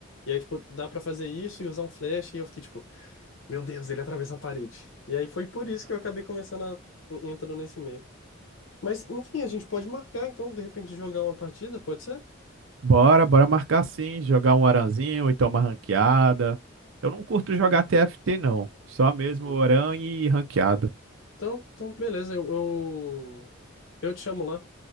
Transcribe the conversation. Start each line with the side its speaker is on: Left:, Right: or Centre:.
Left: E aí, tipo, dá pra fazer isso e usar um flash e eu fiquei, tipo, meu Deus, ele atravessa a parede. E aí foi por isso que eu acabei começando a... en- entrando nesse meio. Mas, enfim, a gente pode marcar, então, de repente, jogar uma partida, pode ser?
Right: Bora, bora marcar sim, jogar um aranzinho, ou então uma ranqueada. Eu não curto jogar TFT não, só mesmo
Left: Uhum.
Right: oran e ranqueada.
Left: Então, então, beleza, eu, eu, eu te chamo lá.